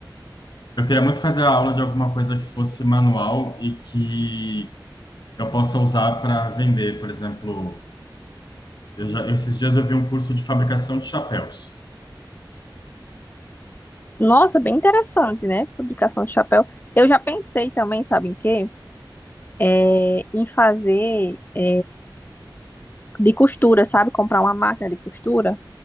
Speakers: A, on the left; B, on the left.
A: Eu queria muito fazer a aula de alguma coisa que fosse manual e que eu possa usar para vender. Por exemplo, eu já, esses dias eu vi um curso de fabricação de chapéus.
B: Nossa, bem interessante, né? Fabricação de chapéu. Eu já pensei também, sabe em quê? É, em fazer é, de costura, sabe? Comprar uma máquina de costura.